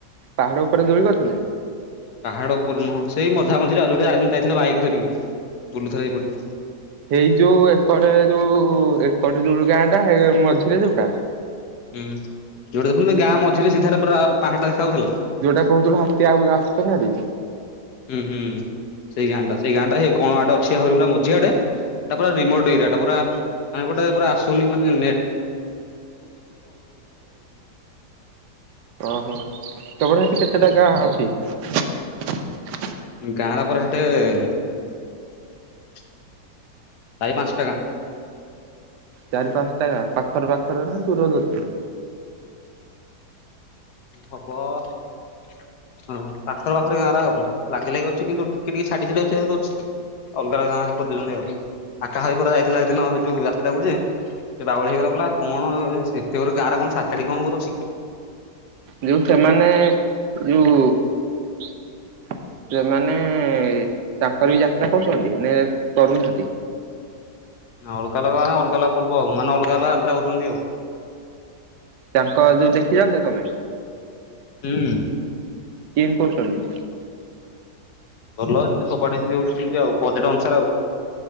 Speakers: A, on the right; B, on the left.
A: ପାହାଡ ଉପରେ ଦୋଳି
B: <inaudible>
A: କରିଥିଲେ
B: ପାହାଡ ଉପରେ ନୁହଁ ।ସେଇ ମଝା ମଝିରେ ଆଉ ।ଯାଇଥିଲା ବାଇ ଧରିକି ।ବୁଲୁଥିଲା ସେଇପଟେ।
A: ଏଇ ଯୋଉ ଏକଡ ଯୋଉ ଏକଡ ଯୋଉ ଗାଁ ଟା ମଝିରେ ଯୋଉଟା।
B: ହୁଁ। ଯୋଉଟି ଦେଖୁନୁ ଗାଁ ମଝିରେ ସିଧାରେ ପାହାଟା ଦେଖା ଯାଉଥିଲା।
A: ଯୋଉଟା କହୁଥିଲୁ ହାତୀ ଆଉ ଆସୁନିହାରୀ
B: ହୁଁ ହୁଁ ସେଇ ଗାଁ ଟା ସେଇ ଗାଁଟାଇ କଣ ଆଡେ ଅଛି ଆହୁରି ପୁରା ମଝିଆଡେ। <unintelligible> କଲ କରିପାରିବନି।
A: ଓହୋ ତମର ହେଇଛି କେତେଟା ଗାଁ ହଉଛି। <inaudible>
B: ଗାଁ ରପରା ହେଟ <inaudible> ଶହେ ପାଞ୍ଚ ଟା ଗାଁ। <inaudible>
A: ଚାରି ପାଞ୍ଚ ଟାଙ୍କା ପାଖରେ ପାଖରେ ନା ଦୂର ରେ?
B: ହବ ହଁ ପାଖରେ ପାଖରେ ଗାଁରେ ଆଉ ଲାଗି ଲାଗି ଅଛି କିନ୍ତୁ ଟିକେ ଟିକେ ଛାଡି ଛାଡି ଅୁ ଅଛି। ଅଲଗା ଅ ଗାଁ କରିଦୁଛନ୍ତି ଆଉ ଆକା ହୋଇ ପରା ଯାଇଥିଲା ସେ ଦିନ ସେଇ ଯୋଉ ଯାତ୍ରା କୁ ଯେ ସେ ବାଉଳି ହେଇଗ କଲା କଣ ଏତେ ଗୁରେ ଗାଁରେ କଣ ଶଖୀ କଣ କରୁଛି।
A: ଯୋଉ ସେମାନେ ଯୋଉ <inaudible> ସେମାନେ ତାଙ୍କର ବି ଯାତ୍ରା କରୁଛନ୍ତି ନ କରୁନାହାନ୍ତି।
B: ନ ଅଲଗା ଲ କ ଅଲଗା ଲ ପର୍ବ ଆଉ ମାନେ ଅଲଗା ଲାତ୍ରା ହଉଛନ୍ତି ଆଉ। <inaudible>
A: ତାଙ୍କ ଯୋଉ ଦେଖି ଯାଉଛ ତମେ।
B: ହୁଁ।
A: କେମିତି କରୁଛନ୍ତି।
B: ଭଲ ଯେମିତି ସଡମିତି ହଉଛିମତି ଆଉ ବଜେଟ ଅନୁସାରେ ଆଉ।